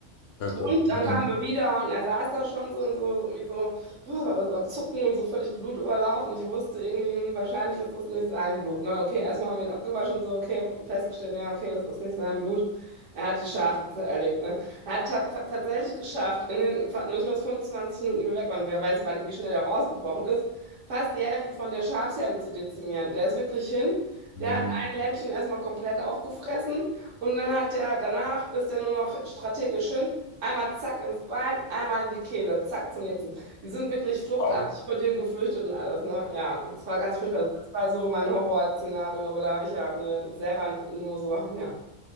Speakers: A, on the left; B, on the right.
A: Kacke.
B: Und
A: Mhm.
B: dann kamen wir wieder und er saß da schon so und so, so irgendwie so, <laughs> huh, also am Zucken und so völlig blutüberlaufen. Ich wusste irgendwie, hm, wahrscheinlich ist das nicht sein Blut. Ne? Okay, erstmal haben wir ihn abgewaschen und so, okay, festgestellt, ja, okay, das ist nicht sein Blut. Er hat die Schafe zerlegt. Ne? Er hat ta tatsächlich geschafft, in den fa- noch nicht mal 25 Minuten, die wir weg waren, wer weiß, wann, wie schnell er auch ausgebrochen ist, fast die Hälfte von der Schafsherde zu dezimieren. Der ist wirklich hin.
A: Mhm.
B: Der hat ein Lämpchen erstmal komplett aufgefressen. Und dann hat der, danach ist er nur noch strategisch hin. Einmal zack ins Bein, einmal in die Kehle, zack zum nächsten. Die sind wirklich fluchtartig
A: Oh,
B: vor dem geflüchtet und alles, ne? Ja, es war ganz furchtbar. Das war so mein Horrorszenario, aber da habe ich ja ne, selber nur so, ja,